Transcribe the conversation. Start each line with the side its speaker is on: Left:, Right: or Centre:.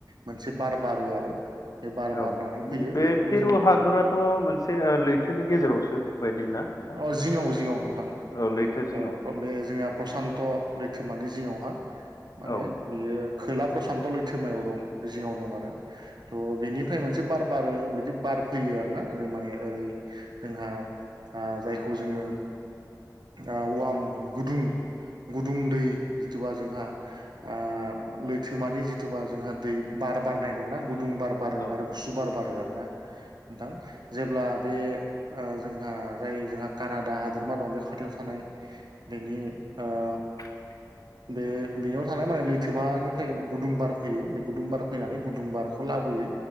Right: मोनसे बार बारो आरो बे बार
Left: औ
Right: बारनानै फैयो
Left: बे
Right: बेखौनो
Left: फेरु
Right: जोङो
Left: हादराथ' मोनसे लैथोनि गेजेरावसो बायदि आरो ना नोंथां
Right: अ जिङआव जिङआव नोंथां
Left: औ लैथो जिङाव
Right: ओ बे जोंना प्रसान्त त' लैथोमानि जिङावहा माने
Left: औ
Right: बियो खोला प्रसान्त लैथोमायाव दं जिङाव दं आरो थ' बेनि फ्राय मोनसे बार बारो बिदि बार फैयो आरो ना जों माने ओरै जोंहा आ जायखौ जोङो आ वाम गुदुं गुदुं दै जिथबा जोंहा आ लैथोमानि जिथुबा जोंहा दै बार बारनाय दंना गुदुं बार बारो
Left: औ
Right: आरो गुसु बार बारो आरोना नोंथां जेब्ला बे ओ जों आ जाय जोंहा कानाडा हादोरमा दं बे खाथियाव थानाय बेनि ओ
Left: <unintelligible>
Right: बे बेयाव थानाय माने लैथोमानिफ्राय गुदुं बार फैयो बे गुदुं बार फैनानै गुदुंबारखौ लाबोयो